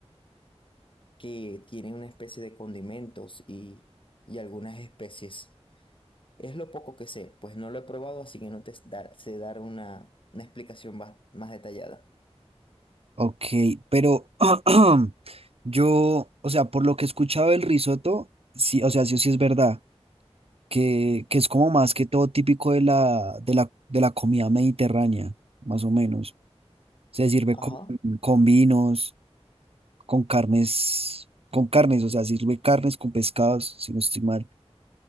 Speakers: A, on the left; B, on the right.
A: que tiene una especie de condimentos y, y algunas especies. Es lo poco que sé, pues no lo he probado, así que no te dar- sé dar una, una explicación más, más detallada.
B: Ok, pero <clears throat> yo, o sea, por lo que he escuchado del risotto, sí, o sea, sí o sí es verdad, que, que es como más que todo típico de la, de la, de la comida mediterránea, más o menos. Se sirve
A: Ajá.
B: con, con vinos, con carnes, con carnes, o sea, sirve carnes con pescados, si no estoy mal.